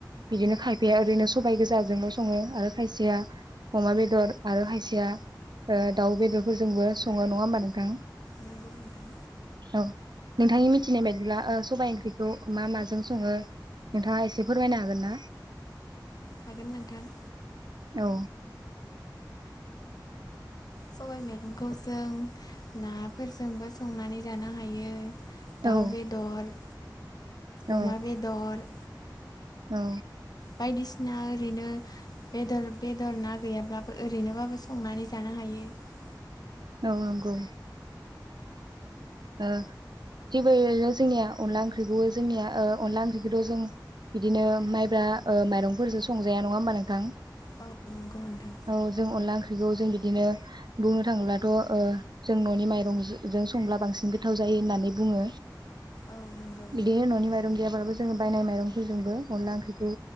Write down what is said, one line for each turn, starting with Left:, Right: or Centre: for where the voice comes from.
Right: बिदिनो खायफाया ओरैनो सबाइ गोजाजोंल' सङो आरो खायसेया अमा बेदर आरो खायसेया ओ दाउ बेदरफोरजोंबो सङो नङा होमबा नोंथां
Left: नंगौ नोंथां
Right: औ नोंथांनि मिथिनाय बायदिब्ला सबाय ओंख्रिखौ मा माजों सङो नोंथाङा एसे फोरमायनो हागोन ना
Left: हागोन नोंथां
Right: औ
Left: सबाय मैगंखौ जों नाफोरजोंबो संनानै जानो हायो दाव
Right: औ
Left: बेदर
Right: औ
Left: अमा बेदर
Right: औ
Left: बायदिसिना ओरैनो बेदर - बेदर ना गैयाब्लाबो ओरैनोबाबो संनानै जानो हायो बे
Right: औ नंगौ ओ जेबो ओरैनो जोंनिया अनला ओंख्रिखौ जोंनिया अनला ओंख्रिखौथ' जों बिदिनो माइब्रा ओ‌ माइरंफोरजों संजाया नङा होमबा नोंथां
Left: औ नंगौ नोंथां
Right: औ जों अनला ओंख्रि ख्रिखौ जों बिदिनो बुंनो थाङोब्लाथ' ओ जों न'नि माइरं जों संब्ला बांसिन गोथाव जायो होननानै बुङो
Left: औ नंगौ
Right: बिदिनो न'नि माइरं गैयाब्लालाबो जोङो बायनाय माइरंफोरजोंबो अनला ओंख्रिखौ